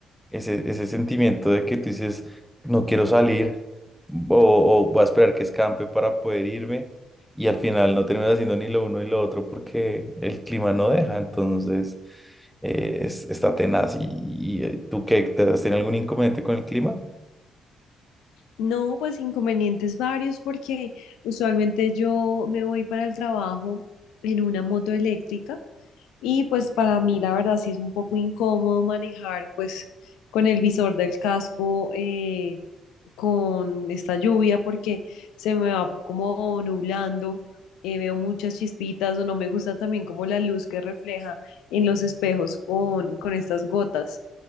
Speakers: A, in the centre; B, on the left.
A: ese, ese sentimiento de que tú dices, no quiero salir o, o voy a esperar que escampe para poder irme y al final no terminas haciendo ni lo uno y lo otro porque el clima no deja, entonces eh, es, está tenaz. ¿Y, y, eh, tú qué? ¿Te has tenido algún inconveniente con el clima?
B: No, pues inconvenientes varios porque usualmente yo me voy para el trabajo en una moto eléctrica y pues para mí la verdad sí es un poco incómodo manejar pues con el visor del casco eh, con esta lluvia porque se me va como nublando, eh, veo muchas chispitas o no me gusta también como la luz que refleja en los espejos con, con estas gotas.